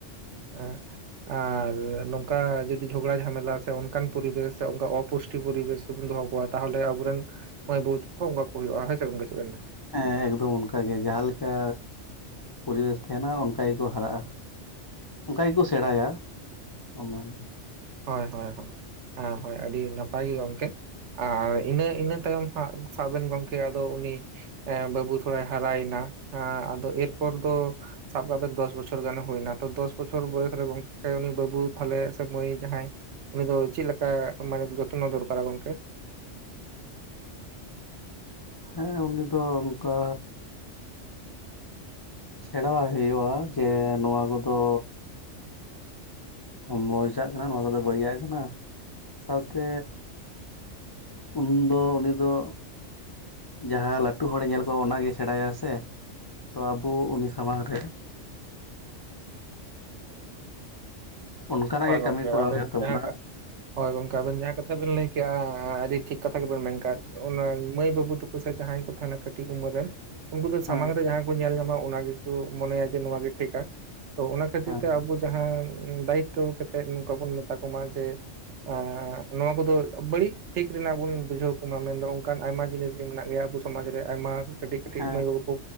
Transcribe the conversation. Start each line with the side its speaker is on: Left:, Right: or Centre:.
Right: <unintelligible> ᱟᱨ ᱱᱚᱝᱠᱟ ᱡᱩᱫᱤ ᱡᱷᱚᱜᱽᱲᱟ ᱡᱷᱟᱢᱮᱞᱟ ᱥᱮ ᱚᱱᱠᱟᱱ ᱯᱚᱨᱤᱵᱮᱥ ᱥᱮ ᱚᱝᱠᱟ ᱚᱯᱩᱥ ᱴᱤ ᱯᱚᱨᱤᱵᱮᱥ ᱨᱮᱵᱚᱱ ᱫᱚᱦᱚ ᱠᱚᱣᱟ ᱛᱟᱦᱚᱞᱮ ᱟᱹᱵᱩ ᱨᱮᱱ ᱢᱟᱹᱭ ᱵᱟᱹᱵᱩ ᱛᱟᱠᱚ ᱚᱝᱠᱟ ᱠᱚ ᱦᱩᱭᱩᱜᱼᱟ, ᱦᱳᱭ ᱥᱮ ᱜᱚᱝᱠᱮ ᱪᱮᱫ ᱵᱮᱱ ᱢᱮᱱᱫᱟ?
Left: ᱦᱮᱸ ᱮᱠᱫᱚᱢ ᱚᱱᱠᱟ ᱜᱮ ᱡᱟᱦᱟᱸ, ᱞᱮᱠᱟ ᱯᱚᱨᱤᱵᱮᱥ ᱛᱟᱦᱮᱸᱱᱟ ᱚᱱᱠᱟ ᱜᱮᱠᱚ ᱦᱟᱨᱟᱜᱼᱟ᱾ ᱚᱱᱠᱟ ᱜᱤᱠᱚ ᱥᱮᱬᱟᱭᱟ, ᱚᱱᱟᱜᱮ᱾
Right: ᱦᱳᱭ ᱦᱳᱭ ᱦᱳᱭ, ᱦᱮᱸ ᱦᱳᱭ ᱟᱹᱰᱤ ᱱᱟᱯᱟᱭ ᱜᱮ‌ ᱜᱚᱝᱠᱮ᱾ ᱟᱨ ᱤᱱᱟᱹ ᱤᱱᱟᱹ ᱛᱟᱭᱚᱢ ᱦᱟᱸᱜ ᱥᱟᱵ ᱵᱮᱱ ᱜᱚᱝᱠᱮ ᱟᱫᱚ ᱩᱱᱤ ᱮᱸ ᱵᱟᱹᱵᱩ ᱛᱷᱚᱲᱟᱭ ᱦᱟᱨᱟᱭᱮᱱᱟ ᱟᱸ ᱟᱫᱚ ᱮᱨᱯᱚᱨ ᱫᱚ ᱥᱟᱵ ᱠᱟᱜ ᱵᱮᱱ ᱫᱚᱥ ᱵᱚᱪᱷᱚᱨ ᱜᱟᱱᱮ ᱦᱳᱭᱱᱟ, ᱛᱚ ᱫᱚᱥ ᱵᱚᱪᱷᱚᱨ ᱵᱚᱭᱮᱥ ᱨᱮ ᱜᱚᱝᱠᱮ ᱩᱱᱤ ᱵᱟᱹᱵᱩ ᱛᱟᱦᱚᱞᱮ ᱥᱮ ᱢᱟᱹᱭ ᱡᱟᱦᱟᱸᱭ ᱩᱱᱤ ᱫᱚ ᱪᱮᱜ ᱞᱮᱠᱟ ᱢᱟᱱᱮ ᱡᱚᱛᱱᱚ ᱫᱚᱨᱠᱟᱨᱟ ᱜᱚᱝᱠᱮ?
Left: ᱦᱮᱸ ᱩᱱᱤ ᱫᱚ ᱚᱱᱠᱟ ᱥᱮᱸᱬᱟᱣᱟᱭ ᱦᱳᱭᱳᱜᱼᱟ ᱡᱮ ᱱᱚᱣᱟ ᱠᱚᱫᱚ ᱢᱚᱸᱡᱟᱜ ᱠᱟᱱᱟ ᱱᱚᱣᱟ ᱠᱚᱫᱚ ᱵᱟᱹᱲᱤᱭᱟᱜ ᱠᱟᱱᱟ, ᱥᱟᱶᱛᱮ ᱩᱱ ᱫᱚ ᱩᱱᱤ ᱫᱚ ᱡᱟᱦᱟᱸ ᱞᱟᱹᱴᱩ ᱦᱚᱲᱮ ᱧᱮᱞ ᱠᱚᱣᱟ ᱚᱱᱟᱜᱮ ᱥᱮᱸᱬᱟᱭᱟ ᱥᱮ ᱛᱚ ᱟᱵᱩ ᱩᱱᱤ ᱥᱟᱢᱟᱝ ᱨᱮ ᱚᱱᱠᱟᱱᱟᱜ
Right: ᱦᱳᱭ
Left: ᱜᱮ
Right: ᱜᱚᱢᱠᱝᱮ
Left: ᱠᱟᱹᱢᱤ ᱠᱚᱨᱟᱣ
Right: ᱟᱵᱮᱱ
Left: ᱦᱩᱭᱩᱜ ᱛᱟᱵᱚᱱᱟ
Right: ᱡᱟᱦᱟᱸ ᱠᱟ ᱦᱳᱭ ᱜᱚᱝᱠᱮ ᱟᱵᱮᱱ ᱡᱟᱦᱟᱸ ᱠᱟᱛᱷᱟ ᱵᱮᱱ ᱞᱟᱹᱭ ᱠᱮᱜᱼᱟ ᱟᱹᱰᱤ ᱴᱷᱤᱠ ᱠᱟᱛᱷᱟ ᱜᱮᱵ ᱮᱱ ᱢᱮᱱ ᱠᱟᱫ᱾ ᱚᱱᱟ ᱢᱟᱹᱭ ᱵᱟᱹᱵᱩ ᱛᱟᱠᱚ ᱥᱮ ᱡᱟᱦᱟᱸᱭ ᱠᱚ ᱛᱟᱦᱮᱸᱱᱟ ᱠᱟᱹᱴᱤᱡ ᱩᱢᱟᱹᱨ ᱨᱮᱱ ᱩᱝᱠᱩ ᱫᱚ
Left: ᱦᱮᱸ
Right: ᱥᱟᱢᱟᱝ ᱨᱮ ᱡᱟᱦᱟᱸ ᱠᱚ ᱧᱮᱞ ᱧᱟᱢᱟ ᱚᱱᱟ ᱜᱮᱠᱩ ᱢᱚᱱᱮᱭᱟ ᱡᱮ ᱱᱚᱣᱟ ᱜᱮ ᱴᱷᱤᱠᱟ ᱛᱚ ᱚᱱᱟ ᱠᱷᱟᱹᱛᱤᱨ
Left: ᱦᱮᱸ
Right: ᱛᱮ ᱟᱵᱳ ᱡᱟᱦᱟᱸ ᱫᱟᱭᱤᱛᱛᱚ ᱠᱟᱛᱮᱫ ᱱᱚᱝᱠᱟ ᱵᱚᱱ ᱢᱮᱛᱟ ᱠᱚᱢᱟ ᱡᱮ ᱮᱸᱻ ᱱᱚᱣᱟ ᱠᱚᱫᱚ ᱵᱟᱹᱲᱤᱡ ᱴᱷᱤᱠ ᱨᱮᱱᱟᱜ ᱵᱩᱱ ᱵᱩᱡᱷᱟᱹᱣ ᱠᱩᱢᱟ ᱢᱮᱱᱫᱚ ᱚᱝᱠᱟᱱ ᱟᱭᱢᱟ ᱡᱤᱱᱤᱥ ᱜᱮ ᱢᱮᱱᱟᱜ ᱜᱮᱭᱟ ᱟᱵᱚ ᱥᱚᱢᱟᱡᱽ ᱨᱮ ᱟᱭᱢᱟ ᱠᱟᱹᱴᱤᱡ ᱠᱟᱹᱴᱤᱡ
Left: ᱦᱮᱸ
Right: ᱢᱟᱹᱭ ᱵᱟᱹᱵᱩ ᱠᱚ